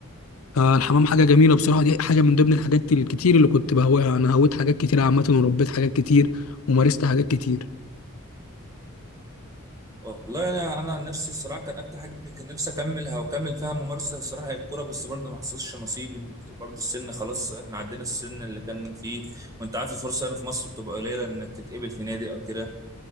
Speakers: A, on the left; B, on the right.
A: فالحمام حاجه جميله بصراحه دي حاجه من ضمن الحاجات الكتير اللي كنت بهواها انا هويت حاجات كتير عامه وربيت حاجات كتير ومارست حاجات كتير
B: والله انا انا عن نفسي الصراحه كان اكتر حاجه كان نفسي اكملها واكمل فيها ممارسه الصراحه هي الكوره بس برضه ما حصلش نصيب إنت- برضه السن خلاص احنا عدينا السن اللي كان فيه وانت عارف الفرصه هنا في مصر بتبقى قليله انك تتقبل في نادي او كده